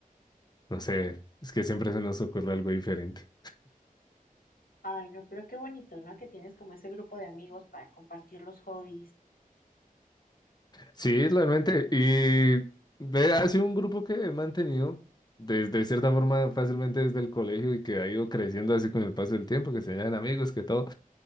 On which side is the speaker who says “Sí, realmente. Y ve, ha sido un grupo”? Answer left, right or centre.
Left